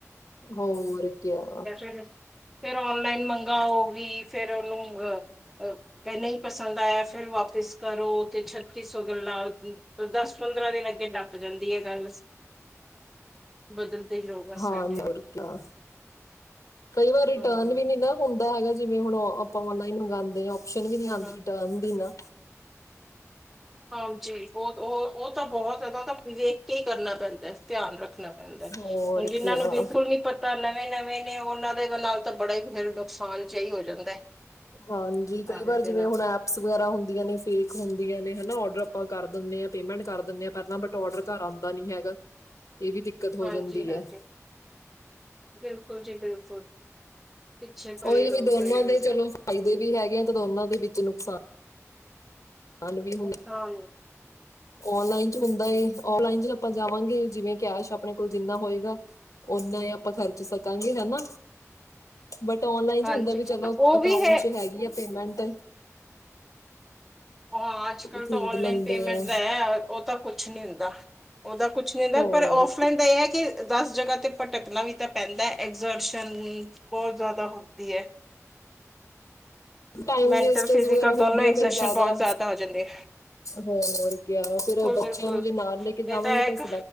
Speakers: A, on the left; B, in the centre.
A: ਹੋਰ ਕਿਆ।
B: ਫੇਰ ਔਨਲਾਈਨ ਮੰਗਾ ਔ ਵੀ। ਫੇਰ ਉਹਨੂੰ ਅ ਕ ਨਹੀਂ ਪਸੰਦ ਆਇਆ ਫਿਰ ਵਾਪਿਸ ਕਰੋ ਤੇ ਛੱਤੀਸੋ ਗਲਾਂ ਦਸ ਪੰਦਰਾਂ ਦਿਨ ਅੱਗੇ ਡੱਪ ਜਾਂਦੀ ਹੈ ਗੱਲ ਬਦਲਦੇ ਹੀ ਰਹੋ ਬਸ
A: ਹਾਂ
B: ਬੈਠੇ
A: ਨ ਹੋਰ ਕਯਾ ਕਈ ਵਾਰ ਰਿਟਰਨ
B: ਹਮ
A: ਵੀ ਨੀਦਾ ਹੁੰਦਾ ਹੈਗਾ ਜਿਵੇਂ ਹੁਣ ਆਪਾਂ ਔਨਲਾਈਨ ਮੰਗਵਾਉਂਦੇ ਹਾਂ ਓਪਸ਼ਨ ਵੀ ਨੀ
B: ਹਮ
A: ਆਉਂਦੀ ਰਿਟਰਨ ਦੀ ਨਾ
B: ਹਾਂਜੀ ਬਹੁਤ ਉਹ-ਉਹ ਤਾਂ ਬਹੁਤ ਦਾ ਤਾਂ ਵੇਖ ਕੇ ਹੀ ਕਰਨਾ ਪੈਂਦਾ ਧਿਆਨ ਰੱਖਣਾ ਪੈਂਦਾ
A: ਹੋਰ
B: ਹੁਣ ਜਿਨਾਂ
A: ਕਿਆ
B: ਨੂੰ ਬਿਲਕੁਲ ਨੀ ਪਤਾ ਤਾਂ ਨਵੇਂ ਨਵੇਂ ਨੇ ਉਹਨਾਂ ਦੇ ਨਾਲ ਤਾਂ ਬੜਾ ਹੀ ਫਿਰ ਨੁਕਸਾਨ ਜਿਹਾਹੀ ਹੋ ਜਾਂਦਾ
A: ਹਾਂਜੀ
B: ਸਾਰਿਆਂ
A: ਕਈ ਵਾਰ
B: ਦੇ
A: ਜਿਵੇਂ
B: ਨਾਲ
A: ਹੁਣ ਵਗੈਰਾ ਹੁੰਦੀਆਂ ਨੇ ਫੇਕ ਹੁੰਦੀਆਂ ਨੇ ਹਨ ਔਡਰ ਆਪਾਂ ਕਰ ਦਿੰਦੇ ਹਾਂ ਪੇਮੈਂਟ ਕਰ ਦਿੰਦੇ ਹਾਂ ਪਹਿਲਾਂ ਬਟ ਔਡਰ ਘਰ ਆਉਂਦਾ ਨੀ ਹੈਗਾ ਇਹ ਵੀ ਦਿੱਕਤ ਹੋ
B: ਹਾਂਜੀ
A: ਜਾਂਦੀ
B: ਹਾਂਜੀ
A: ਹੈ
B: ਬਿਲਕੁਲ ਜੀ ਬਿਲਕੁਲ ਪਿੱਛੇ ਪਏ
A: ਉਹੀ
B: ਰੋ
A: ਵੀ ਦੋਨਾਂ
B: ਪਏ ਹੋ
A: ਦੇ ਚਲੋ ਫਾਇਦੇ ਵੀ ਹੈਗੇ ਆ ਤੇ ਦੋਨਾਂ ਦੇ ਵਿੱਚ ਨੁਕਸਾਨ ਸਾਨ ਵੀ ਹੁੰ
B: ਹਾਂ
A: ਔਨਲਾਈਨ ਚ ਹੁੰਦਾ ਏ ਔਨਲਾਈਨ ਚ ਆਪਾਂ ਜਾਵਾਂਗੇ ਜਿਵੇਂ ਕੈਸ਼ ਆਪਣੇ ਕੋਲ ਜਿੰਨਾ ਹੋਏਗਾ ਓਨਾ ਹੀ ਆਪਾਂ ਖਰਚ ਸਕਾਂਗੇ ਹੈਨਾ ਬਟ ਓਨਲਾਈਨ
B: ਹਾਂਜੀ
A: ਚ ਹੁੰਦਾ ਵੀ ਚਲੋ
B: ਉਹ
A: ਅਕਾਊਂਟ
B: ਵੀ ਹੈ
A: ਚ ਹੈਗੀ ਆ ਪੇਮੈਂਟ
B: ਉਹਾਂ ਅੱਜ ਕੱਲ੍ਹ
A: ਵੀ ਖਰੀਦ
B: ਤਾਂ ਔਨਲਾਈਨ
A: ਲੈਂਦੇ
B: ਪੇਮੈਂਟ
A: ਆ
B: ਦਾ ਹੈ ਉਹ ਤਾਂ ਕੁਛ ਨਹੀਂ ਹੁੰਦਾ ਉਹਦਾ ਕੁਛ ਨਹੀਂ ਹੁੰਦਾ
A: ਹੋਰ
B: ਪਰ ਔਫਲਾਈਨ ਦਾ ਇਹ ਹੈ ਕਿ ਦਸ ਜਗ੍ਹਾ ਤੇ ਭਟਕਣਾ ਵੀ ਤਾਂ ਪੈਂਦਾ ਐਗਜ਼ਰਸ਼ਨ ਬਹੁਤ ਜ਼ਿਆਦਾ ਹੁੰਦੀ ਹੈ
A: ਟਾਈਮ
B: ਮੈਂਟਲ
A: ਵੇਸਟ
B: ਫਿਜ਼ੀਕਲ
A: ਵਗੈਰਾ ਹੁੰਦੀ
B: ਦੋਨੋ
A: ਆ
B: ਐਗਜਰਸ਼ਨ
A: ਫੇਿਰ ਜ਼ਿਆਦਾ
B: ਬਹੁਤ ਹੋ ਜਾਂਦੇ ਆ
A: ਹੋਰ ਕਯਾ ਫਿਰ ਬੱਚਿਆਂ
B: ਬਿਲਕੁਲ
A: ਨੂੰ ਜੇ ਨਾਲ ਲੈ ਕੇ
B: ਇਹ
A: ਜਾਵਾਂਗੇ
B: ਇੱਕ
A: ਤਾਂ ਅਸੀਂ